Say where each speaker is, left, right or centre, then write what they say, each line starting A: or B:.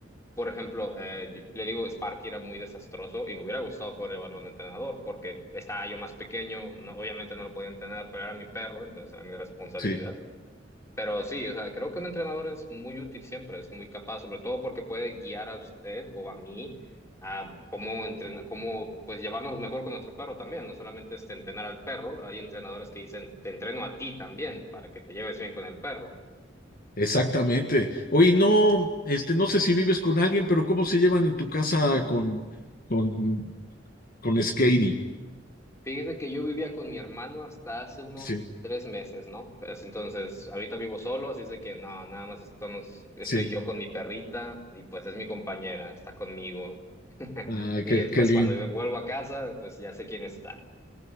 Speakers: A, on the left; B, on the left.
A: Por ejemplo, eh, yo- le digo, Sparky era muy desastroso y me hubiera gustado poder llevarlo a un entrenador porque estaba yo más pequeño, no- obviamente no lo podía entrenar, pero era mi perro, entonces era mi responsabilidad.
B: Sí,
A: Pero sí, o sea, creo que un entrenador es muy útil siempre, es muy capaz, sobre todo porque puede guiar a usted o a mí a cómo entrenar, cómo pues llevarnos mejor con nuestro perro también, no solamente es entrenar al perro, hay entrenadores que dicen, te entreno a ti también para que te lleves bien con el perro.
B: exactamente. Oye, no, este, no sé si vives con alguien, pero ¿cómo se llevan en tu casa con, con, con Skady?
A: Fíjese que yo vivía con mi hermano hasta hace unos
B: Sí.
A: tres meses, ¿no? Pues entonces, ahorita vivo solo, así es de que no, nada más estamos, estoy
B: Sí,
A: yo con mi perrita y pues es mi compañera, está conmigo. <laughs>
B: ay,
A: Y
B: qué,
A: eh,
B: qué
A: pues
B: lindo.
A: cuando yo vuelvo a casa, pues ya sé quién está.